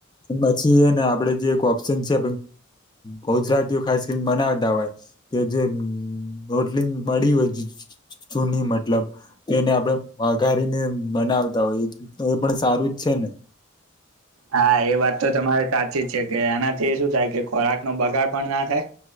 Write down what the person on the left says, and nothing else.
પછી એ ને આપડે જે એક ઓપ્શન છે. ગુજરાતીઓ ખાસ કરીને બનાવતા હોય. કે જે બટલી મળી હોય જૂની મતલબ તેને આપડણે વઘારીને બનાવતા હોય એ એ પણ સારું જ છે ને